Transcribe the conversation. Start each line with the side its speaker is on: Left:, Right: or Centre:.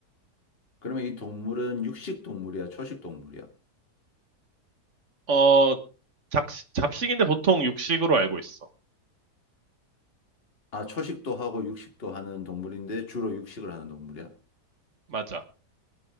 Left: 그러면 이 동물은 육식 동물이야, 초식 동물이야?
Right: 어, 잡, 잡식인데 보통 육식으로 알고 있어.
Left: 아, 초식도 하고 육식도 하는 동물인데 주로 육식을 하는 동물이야?
Right: 맞아.